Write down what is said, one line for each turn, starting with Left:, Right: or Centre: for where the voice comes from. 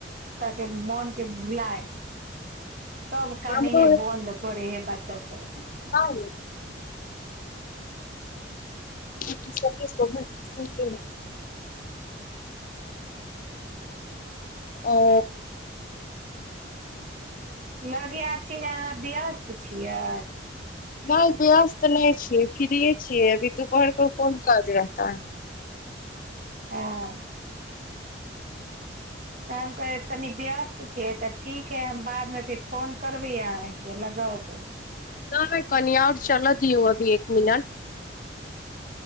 Right: सबके मोन के भुलाय तब काने
Left: हमरो
Right: हेय बन्द करे हेय बच्चा सब
Left: <unintelligible> <unintelligible> ओ
Right: लगे आर छिय जे अहाँ व्यस्त छियै
Left: नहि व्यस्त नहि छियै फ्रिये छियै अभी दुपहर क कोन काज रहता है
Right: ह हम कहिये तनी व्यस्त छियै तऽ ठीक है हम बादमे फिर फोन करबै अहाँ के अगैबे
Left: नय कनी आओर चलअ दियो अभी एक मिनट